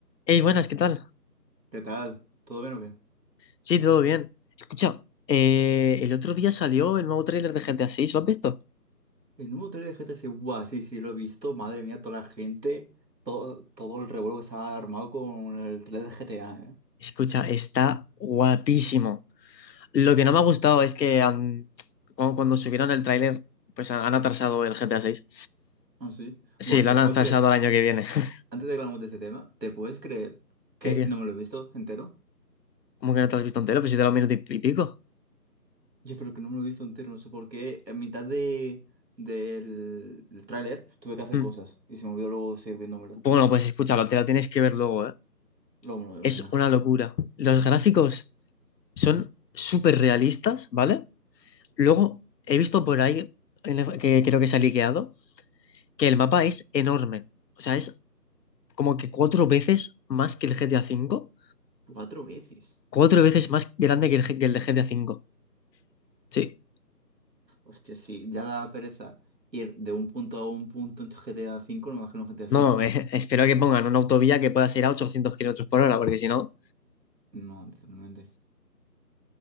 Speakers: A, on the left; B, on the right.
A: Hey, buenas, ¿qué tal?
B: ¿Qué tal? ¿Todo bien o qué?
A: Sí, todo bien. Escucha, eh, el otro día salió el nuevo tráiler de GTA seis, ¿lo has visto?
B: El número 3 de GTC, buah, sí, sí, lo he visto. Madre mía, toda la gente, todo, todo el revuelo que se ha armado con el 3 de GTA, ¿eh?
A: Escucha, está guapísimo. Lo que no me ha gustado es que han- cuando, cuando subieron el tráiler, pues han, han atrasado el GTA seis.
B: Ah, sí.
A: Sí,
B: Buah,
A: lo
B: ¿te
A: han
B: puedes
A: atrasado
B: creer?
A: al año que viene. <laughs>
B: Antes de que hablamos de este tema, ¿te puedes creer que
A: ¿Qué, qué?
B: no me lo he visto entero?
A: ¿Cómo que no te lo has visto entero? Pues si te lo minuto y y pico.
B: Yo creo que no me lo he visto entero, no sé por qué. En mitad de, del del tráiler tuve que hacer
A: Mm.
B: cosas y se me olvidó luego seguir viéndomelo.
A: Bueno, pues escúchalo, te lo tienes que ver luego, ¿eh?
B: Luego me lo veo,
A: Es
B: venga.
A: una locura. Los gráficos son súper realistas, ¿vale? Luego he visto por ahí, en el- que creo que se ha liqueado, que el mapa es enorme. O sea, es como que cuatro veces más que el G T A cinco
B: Cuatro veces.
A: Cuatro veces más grande que el, G- que el de G T A cinco Sí.
B: Hostia, sí, ya da pereza ir de un punto a un punto en GTA V, no me imagino GTA VI.
A: No, eh, espero que pongan una autovía que pueda ir a 800 kilómetros por hora, porque si no.
B: No, literalmente.